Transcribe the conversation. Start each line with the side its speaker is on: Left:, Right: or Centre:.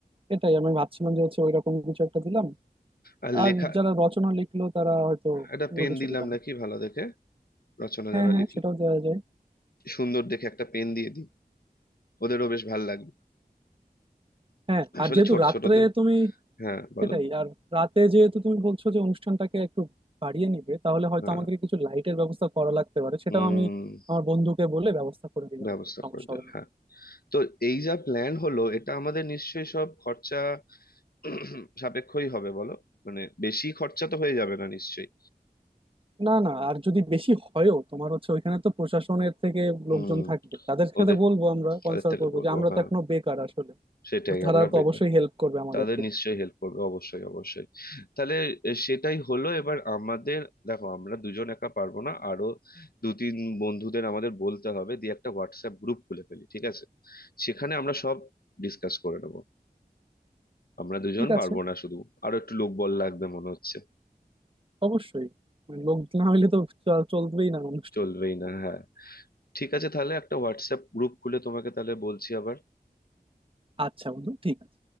Right: এটাই আমি ভাবছিলাম যে হচ্ছে ওইরকম কিছু একটা দিলাম
Left: আর
Right: আর
Left: লেখা
Right: যারা রচনা লিখলো তারা হয়তো
Left: একটা
Right: অন্য
Left: পেন
Right: কিছু
Left: দিলাম
Right: দিলাম
Left: নাকি ভালো দেখে রচনা
Right: হ্যাঁ
Left: যারা
Right: হ্যাঁ
Left: লিখলো
Right: সেটাও দেওয়া যায়
Left: সুন্দর দেখে একটা পেন দিয়ে দিই ওদেরও বেশ ভালো লাগবে
Right: হ্যাঁ
Left: আসলে
Right: আর যেহেতু
Left: ছোট
Right: রাত্রে
Left: ছোটদের
Right: তুমি
Left: হ্যাঁ বলো
Right: সেটাই আর রাতে যেহেতু তুমি বলছো যে অনুষ্ঠানটাকে একটু বাড়িয়ে নিবে তাহলে হয়তো
Left: হ্যাঁ
Right: আমাদেরকে কিছু লাইটের ব্যবস্থা করা লাগতে পারে সেটাও
Left: উম
Right: আমি আমার বন্ধুকে বলে ব্যবস্থা করে দিবেন
Left: ব্যবস্থা
Right: সমস্যা
Left: করে দিও
Right: হবে না
Left: হ্যাঁ তো এই যা প্ল্যান হলো এটা আমাদের নিশ্চয়ই সব খরচা <clears throat> সাপেক্ষই হবে বলো মানে বেশি খরচা তো হয়ে যাবে না নিশ্চয়ই
Right: না না আর যদি বেশি হয়ও তোমার হচ্ছে ওইখানে তো প্রশাসনের থেকে
Left: হুম
Right: লোকজন থাকবে তাদের সাথে
Left: ওদের
Right: বলবো আমরা কনসাল্ট
Left: তাদের থেকে
Right: করবো
Left: বলবো
Right: যে আমরা
Left: হ্যাঁ
Right: তো এখনো বেকার আসলে
Left: সেটাই
Right: তো তারা
Left: আমরা
Right: তো
Left: বেকার
Right: অবশ্যই হেল্প করবে আমাদেরকে
Left: তাদের নিশ্চয়ই হেল্প করবে অবশ্যই অবশ্যই তাহলে এ, সেটাই হলো এবার আমাদের দেখো আমরা দুজন একা পারবো না আরো দু তিন বন্ধুদের আমাদের বলতে হবে দিয়ে একটা হোয়াটসঅ্যাপ গ্রুপ খুলে ফেলি ঠিক আছে সেখানে আমরা সব ডিসকাস করে নেবো আমরা দুজন
Right: ঠিক
Left: পারবো
Right: আছে
Left: না শুধু আরো একটু লোকবল লাগবে মনে হচ্ছে
Right: অবশ্যই মানে লোক না হইলে তো চ- চলবেই না অনুষ্ঠান
Left: চলবেই না হ্যাঁ ঠিক আছে তাহলে একটা হোয়াটসঅ্যাপ গ্রুপ খুলে তোমাকে তাহলে বলছি আবার
Right: আচ্ছা বন্ধু ঠিক আছে